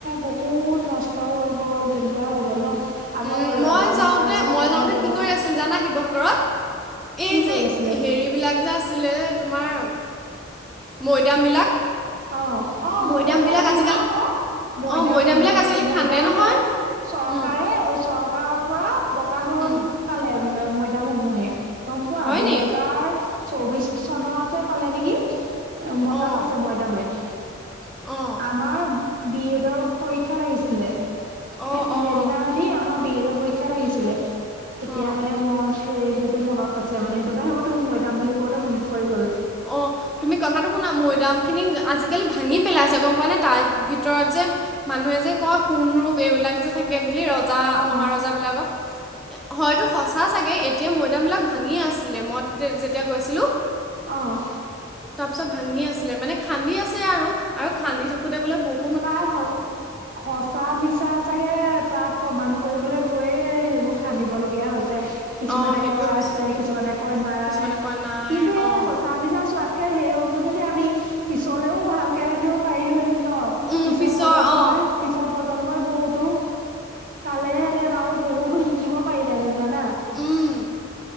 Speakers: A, on the right; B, in the centre.
A: বহুত নষ্ট নষ্ট হৈ গ'ল, তেনেকুৱা হৈ গ'ল ন'। আগৰ
B: উম, মই
A: ৰজা
B: যাওঁতে,
A: মহাৰজাসকলে
B: মই যাওঁতে
A: বনোৱা
B: কি কৰি আছিল জানা শিৱসাগৰত? এই
A: কি কৰি
B: যে
A: আছিলে
B: হেৰিবিলাক যে আছিলে তোমাৰ মৈদামবিলাক
A: অ', অ',
B: মৈদামবিলাক
A: মৈদাম অ', শুনা
B: আজিকালি
A: আকৌ মৈদাম
B: অঁ মৈদামবিলাক
A: ম-মৈদামে
B: আজিকালি খান্দে নহয়
A: চৰকাৰে-চৰকাৰৰ
B: উম
A: পৰা বঁটা গ্ৰহণ
B: উম
A: পালে মৈদামসমূহে। গম পোৱা
B: হয়নি
A: দুহেজাৰ চৌবিশ চনতে পালে নেকি? বঁটা
B: অঁ
A: পাইছে মই আমাৰ
B: অঁ
A: বি এডৰ পৰীক্ষাত আহিছিলে। সে-সেইদিনাখনি
B: অঁ অঁ
A: আমাৰ বি এডৰ পৰীক্ষাত আহিছিলে, তেতিয়া
B: অঁ
A: মানে মই সেই সেইটো মনত আছে মানে সেইটো কাৰণেিহঁতো <unintelligible> মৈদাম বুলি কওঁতে মনত পৰি গ'ল
B: অ' তুমি কথাটো শুনা, মৈদামখিনি আজিকালি ভাঙি পেলাইছে গম পোৱা নাই তাৰ ভিতৰত যে মানুহে যে কয় সোণ ৰূপ এইবিলাক যে থাকে বুলি ৰজা
A: অ',
B: মহাৰজাবিলাকক হয়টো সঁচা চাগে, এতিয়া মৈদামবিলাক ভাঙি আছিলে মই যেতিয়া গৈছিলোঁ।
A: অ'।
B: তাৰ পিছত ভাঙি আছিলে, মানে খান্দি আছে আৰু আৰু খান্দি থাকোতে বোলে বহু
A: পাৰ হ'ল সঁচা মিছা চাগে তাত প্ৰমাণ কৰিবলৈ গৈয়ে সেইবোৰ খান্দিবলগীয়া হৈছে। কিছুমানে
B: অঁ সেইটোৱে
A: কয়
B: হৈছে
A: আছে
B: চাগে
A: কিছুমানে কয় নাই,
B: কিছুমানে কয় নাই
A: কিন্তু এই
B: অঁ
A: সঁচা মিছা চোৱাত ত সেইসমূহ যদি আমি পিছলেও ভালকে ৰাখিব পাৰিলোহেতেন ন'।
B: উম
A: পিছৰ প্ৰজন্মই
B: অঁ
A: পিছৰ প্ৰজন্মই বহুতো পালেহেঁতেন আৰু বহুতো শিকিব পাৰিলেহেতেন জানা।
B: উম